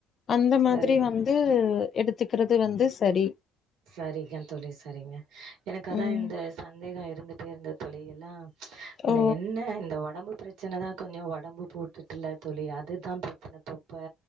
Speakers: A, on the left; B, on the right.
A: அந்த
B: சரிங்க
A: மாதிரி வந் வந்து எடுத்துக்றது வந்து சரி
B: சரிங்க தோழி சரிங்க எனக்கு அதா
A: ம்.
B: இந்த சந்தேகோ இருந்துட்டே இருந்து தோழி எல்லா இந்த
A: ஓ!
B: என்ன இந்த ஒடம்பு பிரச்சனைதா கொஞ்சோ ஒடம்பு போட்டுட்டுல் தோழி அது தா பிரச்சன தொப்ப